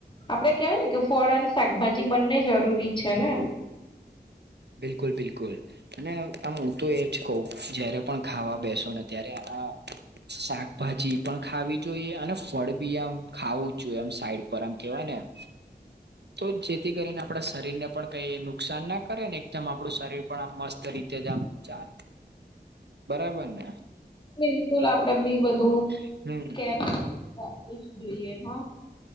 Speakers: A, on the left; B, on the right.
A: આપડે કહેવાય ને કે ફળ અને શાકભાજી બંને જરૂરી છે ને?
B: બિલકુલ બિલકુલ. અને આમું તો એ જ કહ જયારે પણ ખાવા બેસો ને ત્યારે આ શાકભાજી પણ ખાવી જોઈએ અને ફળ બી આમ ખાવું જ જોઈએ આમ સાઈડ પર આમ કેહેવાય ને આમ તો જેથી કરીને આપણા શરીર ને પણ કઈ નુકસાન ના કરે ને.? જેમ આપડું શરીર પણ આમ મસ્ત રીતે જ આમ ચલે બરાબર ને.?
A: બિલકુલ, આપડે બી બધું
B: હમ
A: કેર રાખવી જ જોઈએ, હા.